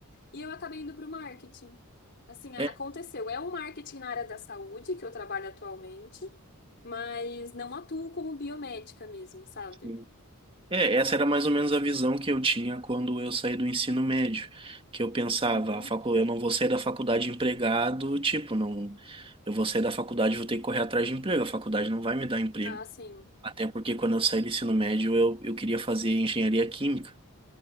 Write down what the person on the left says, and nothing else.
e eu acabei indo para o marketing. Assim, a-
aconteceu. É o marketing na área da saúde que eu trabalho atualmente, mas não atuo como biomédica mesmo, sabe?
Uhum.
Ah, sim.